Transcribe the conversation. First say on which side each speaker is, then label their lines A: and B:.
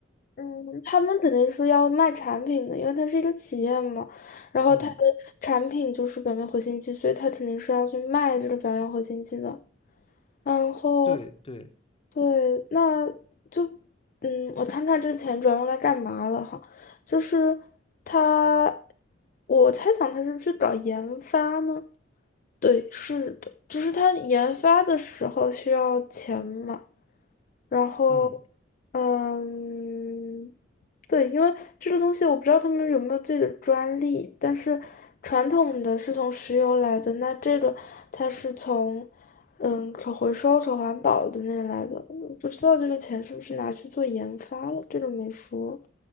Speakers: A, on the left; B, on the left.
A: 嗯，他们肯定是要卖产品的，因为它是一个企业嘛，然后它的产品就是表面活性剂，
B: 嗯，
A: 所以它肯定是要去卖这个表面活性剂的。然后，
B: 对对，
A: 对，那就，嗯，我看看这个钱主要用来干嘛了哈，就是它，我猜想它是去搞研发呢。对，是的，就是它研发的时候需要钱嘛。然后，
B: 嗯
A: 嗯，对，因为这个东西我不知道他们有没有自己的专利，但是传统的是从石油来的，那这个它是从嗯可回收、可环保的那来的，不知道这个钱是不是拿去做研发了，这个没说，